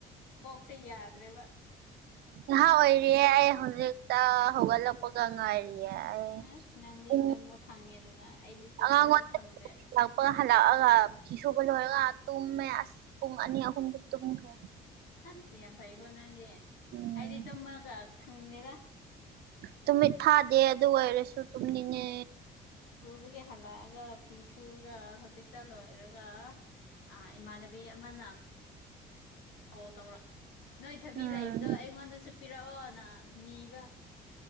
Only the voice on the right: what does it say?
ꯉꯍꯥ ꯑꯣꯏꯔꯤꯌꯦ ꯑꯩ ꯍꯧꯖꯤꯛꯇ ꯍꯧꯒꯠꯂꯛꯄꯒ ꯉꯥꯏꯔꯤ
ꯎ
ꯑꯉꯥꯡ <unintelligible>
ꯂꯥꯛꯄꯒ ꯍꯜꯂꯛꯑꯒ ꯐꯤ ꯁꯨꯕ ꯂꯣꯏꯔꯒ ꯇꯨꯝꯃꯦ ꯑꯁ ꯄꯨꯡ ꯑꯅꯤ ꯑꯍꯨꯝꯗꯤ ꯇꯨꯝꯈ꯭ꯔꯦ
ꯎꯝ
ꯇꯨꯃꯤꯠ ꯐꯗꯦ ꯑꯗꯨ ꯑꯣꯏꯔꯁꯨ ꯇꯨꯝꯅꯤꯡꯉꯦ
ꯎꯝ